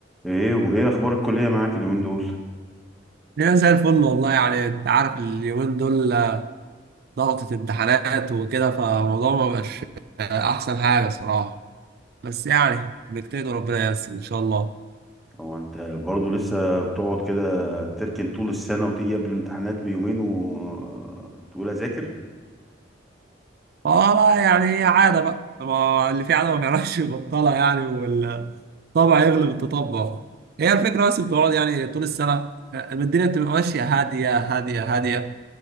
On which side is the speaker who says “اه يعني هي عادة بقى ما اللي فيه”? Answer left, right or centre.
Right